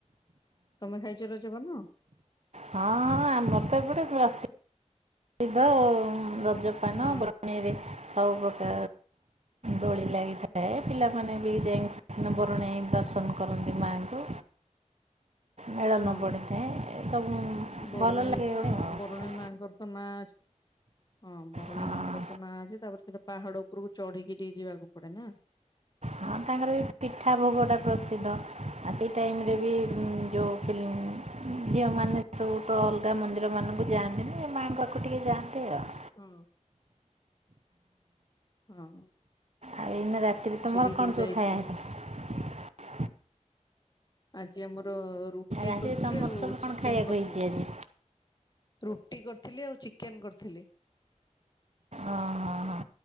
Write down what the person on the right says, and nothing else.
ହଁ ହଁ ଆମର ତ ଏପଟେ ବସି ସେଇଦ ପାନ
<unintelligible> ସବୁ ତ ଦୋଳି ଲାଗିଥାଏ ପିଲାମାନେ ବି ଯାଇକି ସେଦିନ ବରୁଣେଇ ଦର୍ଶନ କରନ୍ତି ମାଆଙ୍କୁ ମେଳନ
ପଡ଼ିଥାଏ ଏ ସବୁ
ଭଲ ଲାଗେ
ଗୋଟେ ଆଉ
ହଁ
ହଁ ତାଙ୍କର ବି ପିଠା ଭୋଗଟା ପ୍ରସିଦ୍ଧ ଆଉ ସେଇ ଟାଇମ୍ ବି ଯେଉଁ ଝିଅମାନେ ସବୁ ତ ଅଲଗା ମନ୍ଦିରମାନଙ୍କୁ ଯାଆନ୍ତିନି ମାଆଙ୍କ ପାଖକୁ ଟିକେ ଯାଆନ୍ତି ଆଉ
ଆଉ ଏଇନା ରାତିରେ ତମର
କଣ
ସବୁ ଖାଇବା ହେଲା
ରାତିରେ
ତୁମର
ସବୁ କ'ଣ
ଖାଇବାକୁ
ହେଇଛି ଆଜି
ଓହୋ ହୋ